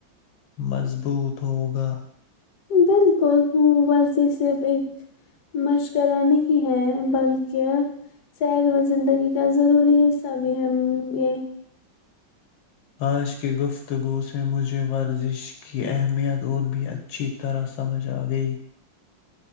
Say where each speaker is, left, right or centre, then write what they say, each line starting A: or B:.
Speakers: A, on the left; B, on the left.
A: مضبوط ہوگا
B: بالکل ہ ورزی صرف ایک مشغہ نہیں ہے بلکہ صحت و زندگی کا ضروری حصہ بھی ہے یہ
A: آج کی گفتگو سے مجھے ورزش کی اہمیت اور بھی اچھی طرح سمجھ آ گئی